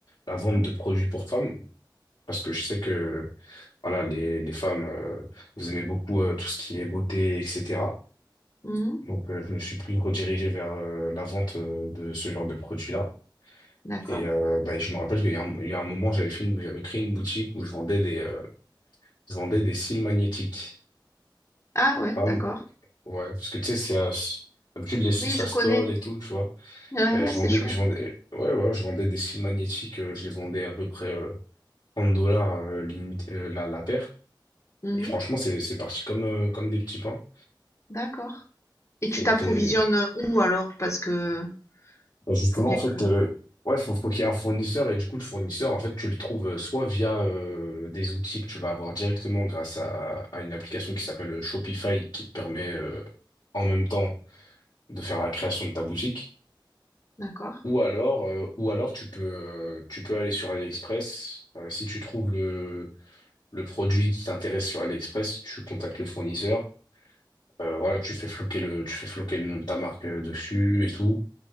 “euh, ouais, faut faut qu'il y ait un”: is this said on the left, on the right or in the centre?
Left